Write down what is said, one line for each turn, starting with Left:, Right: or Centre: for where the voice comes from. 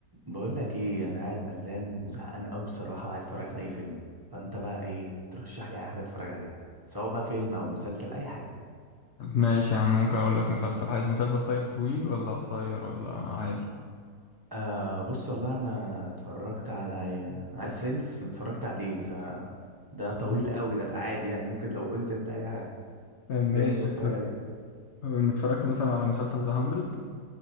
Right: بقول لك ايه انا قاعد ملان وزهقان قوي بصراحه وعايز اتفرج على اي فيلم فانت بقى ايه ترشح لي اي حاجه اتفرج عليها سواء بقى فيلم او مسلسل اي حاجه
Left: ماشي يا عم ممكن اقول لك مسلسل عايز مسلسل طيب طويل ولا قصير ولا عادي
Right: آه بص والله انا اتفرجت على عارف فريندز انا اتفرجت عليه ف ده طويل
Left: مم.
Right: قوي ده فعادي يعني ممكن لو قلت انت اي حاجه
Left: ماشي
Right: تلاقيني بتفرج
Left: اتفرج
Right: عليها
Left: اتفرجت مثلا على مسلسل ذا 100